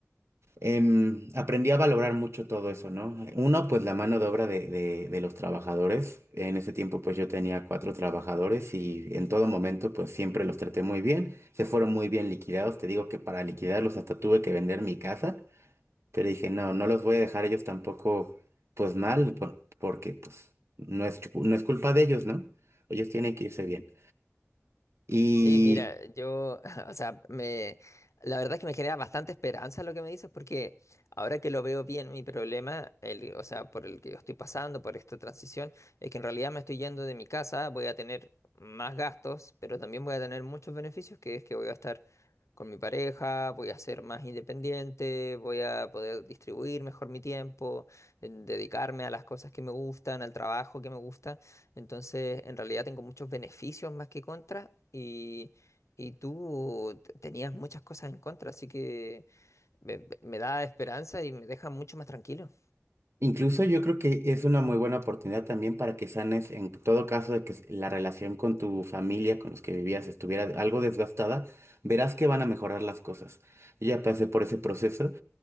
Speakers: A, on the right; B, on the left.
A: em, aprendí a valorar mucho todo eso, ¿no? Uno, pues la mano de obra de, de- de los trabajadores. En ese tiempo, pues yo tenía cuatro trabajadores y en todo momento, pues siempre los traté muy bien. Se fueron muy bien liquidados. Te digo que para liquidarlos hasta tuve que vender mi casa, pero dije, no, no los voy a dejar a ellos tampoco, pues mal, por- porque pues no es, chu- no es culpa de ellos, ¿no? Ellos tienen que irse bien. Y
B: Sí, mira, yo, <laughs> o sea, me, la verdad es que me genera bastante esperanza lo que me dices, porque ahora que lo veo bien, mi problema, el, o sea, por el que yo estoy pasando, por esta transición, es que en realidad me estoy yendo de mi casa, voy a tener más gastos, pero también voy a tener muchos beneficios, que es que voy a estar con mi pareja, voy a ser más independiente, voy a poder distribuir mejor mi tiempo, en dedicarme a las cosas que me gustan, al trabajo que me gusta. Entonces, en realidad tengo muchos beneficios más que contras y, y tú t- tenías muchas cosas en contra, así que me, me da esperanza y me deja mucho más tranquilo.
A: Incluso yo creo que es una muy buena oportunidad también para que sanes, en todo caso de que s- la relación con tu familia, con los que vivías, estuviera algo desgastada, verás que van a mejorar las cosas. Yo ya pasé por ese proceso